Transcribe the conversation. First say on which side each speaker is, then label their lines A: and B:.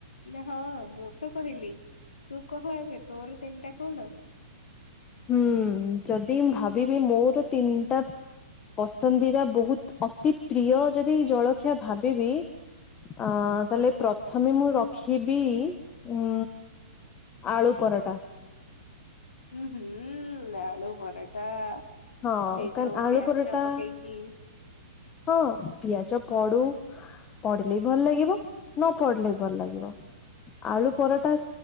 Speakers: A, on the left; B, on the left.
A: ନା। ହଁ ମୁଁ ତ କହିଲି ତୁ କହ ଏବେ ତୋର ତିନିଟା କଣ?
B: ହୁଁ ଯଦି ଭାବିବି ମୋର ତିନିଟା ପସନ୍ଦିତା ବହୁତ ଅତି। ପ୍ରିୟ ଯଦି ଜଳଖିଆ ଭାବିବି ଅ ତାହେଲେ ପ୍ରଥମେ ମୁଁ ରଖିବି ଉ ଆଳୁ ପରଟା।
A: ହୁଁ ହୁଁ ଆଳୁ ପରଟା।
B: ହଁ
A: ସେ
B: କାରଣ
A: ଯୋଉ
B: ଆଳୁ
A: ପିଆଜ
B: ପରଟା
A: ପକେଇକି
B: ହଁ ପିଆଜ ପଡୁ ପଡିଲେ ବି ଭଲ ଲାଗିବ ନ ପଢିଲେ ବି ଭଲ ଲାଗିବ ଆଳୁ ପରଟା